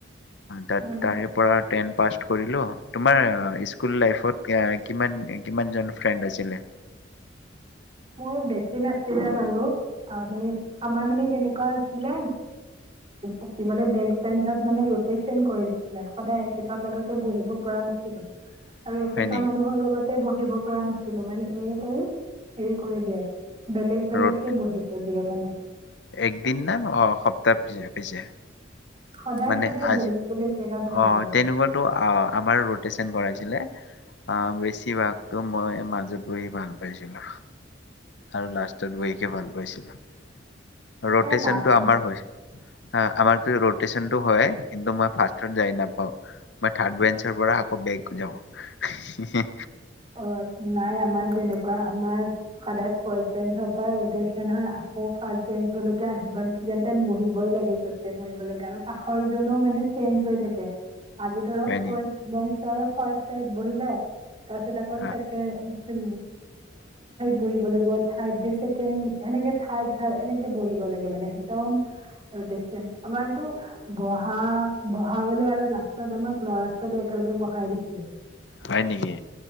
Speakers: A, on the right; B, on the left.
A: হয়
B: তাত তাৰে পৰা টেন পাজ। কৰিলো তোমাৰ স্কুল লাইফত কিমান কিমান জন পাইছিলে।
A: মোৰ বেছি নাছিলে বাৰু, আমি আমাৰ মানে কেনেকুৱা হৈছিলে পঢ়িবলে ডেস্ক বেঞ্চত মানে ৰটেচন কৰি দিছিলে সদায় একেইটা জাগাতে বহিব পৰা নাছিলো। আৰু একেটা
B: হয় নেকি
A: মানুহৰ লগতে বহিম দিব পৰা নাছিলো মানে এ টাইম হেৰি কৰি দিয়াত বেলেগ বেলেগকে
B: ৰ'দ
A: বহিব দি দিয়ে মানে
B: একদিন নে সপ্তাহ পিছে পিছে?
A: সদায়
B: মানে
A: সদায়
B: আজ
A: বেলেগ বেলেগ জেগাত বহিব
B: অ
A: লাগে
B: তেনেকুৱা আমাৰ ৰটেচন কৰাইছিলে। আহ বেছিভাগতো মই মাজত বহি ভাল পাইছিলো। আৰু লাষ্টত বহিকে ভাল পাইছোঁ। <inaudible> ৰটেচনটো
A: এই লাষ্ট
B: আমাৰ হয় আমাৰতো হয় কিন্তু মই ফাষ্ট‌ য'ত যায় নাপাওঁ মই থাৰ্ড বেঞ্চাৰ পৰা আকৌ বেগ যাওঁ হি হি হি
A: অ নাই আমাৰ তেনেকুৱা আমাৰ সদায় ফাৰ্ষ্ট বেঞ্চৰ পৰা ৰটেশন হয় আকৌ ফাৰ্ষ্ট বেঞ্চ লৈকে আহিব যেনতেন বহিবই লাগে য'তে বহিব লাগে আৰু কাষৰ জনো মানে চেঞ্জ হৈ থাকে আজি ধৰক
B: হয় নেকি
A: ফাৰ্ষ্ট বেঞ্চ তই ফাৰ্ষ্টত বহিলে তাৰ পাছত আকৌ চেকেণ্ড
B: অ'
A: বহিব লাগিব চেকেণ্ড থাৰদ এনেকে বহিব লাগে মানে একদম এটেনচন আমাৰটো বহা বহা বুলি আৰু লাচট জনক ল'ৰা ছোৱালী একেলগে বঢ়ায় দিছিলে
B: হয় নেকি